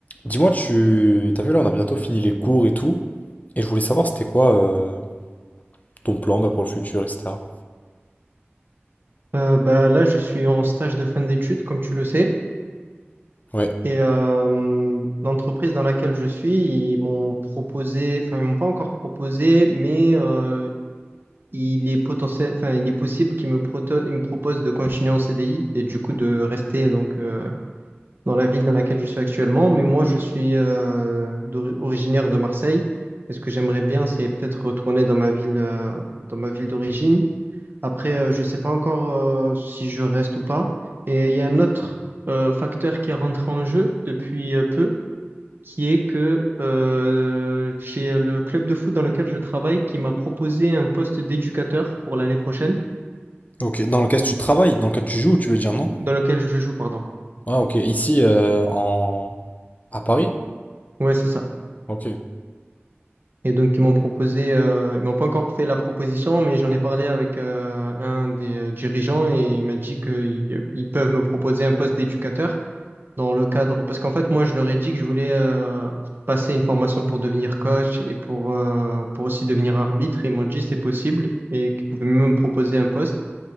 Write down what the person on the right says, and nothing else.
Euh, bah, là, je suis en stage de fin d'études, comme tu le sais.
Et euh, l'entreprise dans laquelle je suis, ils m'ont proposé, enfin, ils m'ont pas encore proposé, mais euh, il est potentiel, enfin, il est possible qu'ils me, proto- ils me proposent de continuer en CDI et du coup de rester donc euh, dans la ville dans laquelle je suis actuellement. Mais moi, je suis euh, d'ori- originaire de Marseille. Et ce que j'aimerais bien, c'est peut-être retourner dans ma ville, euh, dans ma ville d'origine. Après, euh, je ne sais pas encore euh, si je reste ou pas. Et il y a un autre euh, facteur qui est rentré en jeu depuis euh, peu, qui est que euh, j'ai le club de foot dans lequel je travaille qui m'a proposé un poste d'éducateur pour l'année prochaine,
dans lequel je joue, pardon.
Ouais, c'est ça.
Et donc, ils m'ont proposé, euh, ils m'ont pas encore fait la proposition, mais j'en ai parlé avec euh, un des euh, dirigeants et il m'a dit qu'ils peuvent me proposer un poste d'éducateur. dans le cadre, parce qu'en fait, moi, je leur ai dit que je voulais euh, passer une formation pour devenir coach et pour, euh, pour aussi devenir arbitre. Ils m'ont dit c'est possible et qu'ils pouvaient même me proposer un poste.